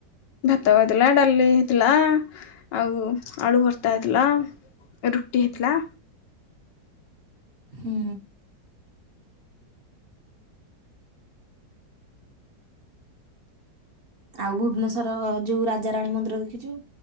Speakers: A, on the left; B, on the right.
A: ଭାତ ହେଇଥିଲା ଡାଲି ହେଇଥିଲା ଆଉ ଆଳୁ ଭର୍ତ୍ତା ହେଇଥିଲା। ରୁଟି ହେଇଥିଲା।
B: ହୁଁ। ଆଉ ଭୁବନେଶ୍ଵର ଯୋଉ ରାଜାରାଣୀ ମନ୍ଦିର ଦେଖିଛୁ?